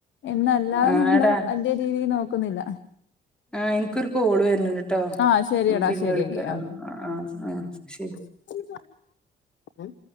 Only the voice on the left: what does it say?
എന്നല്ലാതെ
നമ്മള്
അയ്ന്റെ രീതീൽ നോക്കുന്നില്ല
ആഹ് ശരിയടാ
ശരിയെങ്കി
<unintelligible> അപ്പം